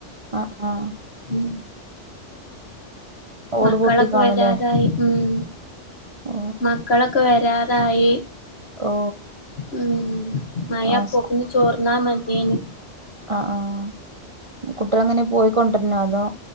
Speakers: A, on the right; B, on the left.
A: ആഹ് ആഹ്
B: ഉം
A: ഓട്
B: മക്കളൊക്കെ
A: പൊട്ടി കാണൂലേ
B: വരാതായി ഉം
A: ഓ
B: മക്കളൊക്കെ വരാ തായി
A: ഓ
B: ഉം മയ
A: ആഹ്
B: അപ്പോക്ക്ന് ചോർ ന്നാ മത്യേനി.
A: അഹ് ആഹ് കുട്ട്യാളെ എങ്ങനെ പോയിക്കൊണ്ടര്ന്നോ അതോ?